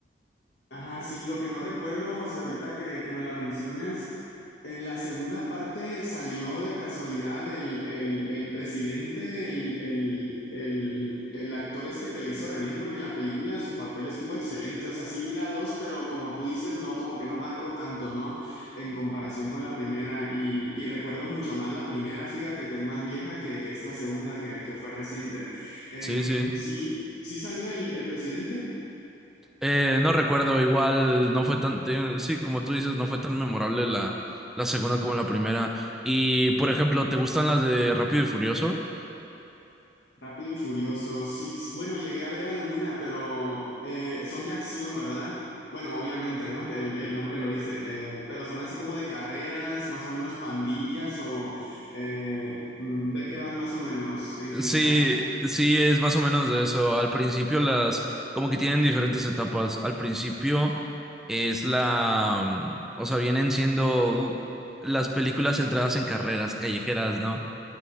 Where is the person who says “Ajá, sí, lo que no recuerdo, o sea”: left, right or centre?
Left